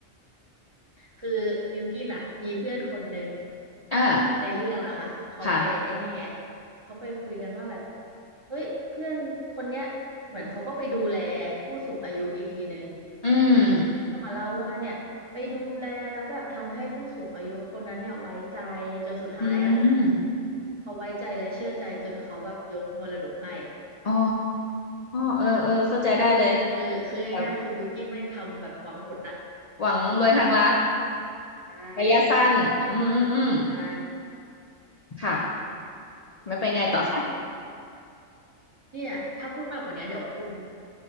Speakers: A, on the right (about 30°); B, on the left (about 55°).
A: คือบิลกินอ่ะมีเพื่อนคนหนึ่ง
B: อ่า
A: ในเรื่องนะคะเขาไปไอ้นี่ไง
B: ค่ะ
A: เขาไปคุยกันว่าแบบเฮ้ยเพื่อนคนเนี้ยเหมือนเขาก็ไปดูแลผู้สูงอายุอีกทีหนึ่ง
B: อืม
A: เพื่อนก็มาเล่าว่าเนี่ยไปดูแลแล้วแบบทำให้ผู้สูงอายุคนนั้นเนี่ยไว้ใจจนสุดท้ายอ่ะ
B: อืม
A: เขาไว้ใจและเชื่อใจจนเขาแบบยกมรดกให้
B: อ๋อเออเออเข้าใจได้เลย
A: คือคือง่ายๆคือบิวกินแม่งทำแบบหวังผลอะ
B: แบบหวังรวยทางลัด
A: ใช่
B: ระยะสั้นอืมอืมอืม
A: ใช่
B: ค่ะ ไม่ไปนไงต่อคะ
A: ก็นั่นแหละ เนี่ยถ้าพูดมากกว่านี้เดี๋ยวคุณ